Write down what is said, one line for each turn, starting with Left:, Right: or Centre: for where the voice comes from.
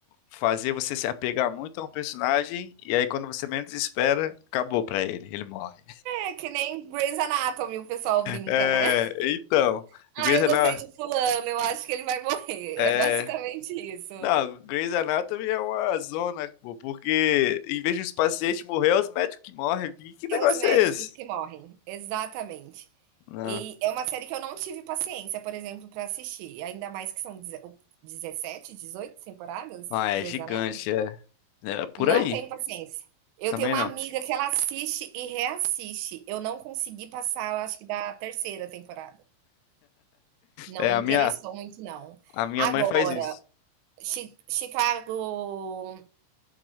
Left: fazer você se apegar muito a um personagem e aí quando você menos espera, acabou pra ele, ele morre.
Right: É que nem Grey's Anatomy, o pessoal brinca,
Left: É,
Right: né? <laughs>
Left: então,
Right: Ah,
Left: Grey's
Right: eu
Left: Anatomy,
Right: gostei de fulano, eu acho que ele vai morrer.
Left: é,
Right: É basicamente isso.
Left: não, Grey's Anatomy é uma zona, pô, porque em vez de os pacientes morrer, é os médicos que morrem. Que que
Right: É
Left: negócio
Right: os médicos
Left: é esse?
Right: que morrem, exatamente.
Left: Não.
Right: E é uma série que eu não tive paciência, por exemplo, para assistir, ainda mais que são 17 18 temporadas
Left: Ah, é
Right: Grey's
Left: gigante,
Right: Anatomy.
Left: é. É por
Right: Não
Left: aí.
Right: tenho paciência. Eu
Left: Também
Right: tenho uma
Left: não.
Right: amiga que ela assiste e reassiste. Eu não consegui passar, eu acho que da terceira temporada. Não
Left: É,
Right: me
Left: a
Right: interessou
Left: minha,
Right: muito, não.
Left: a minha
Right: Agora,
Left: mãe faz isso.
Right: Chi Chicago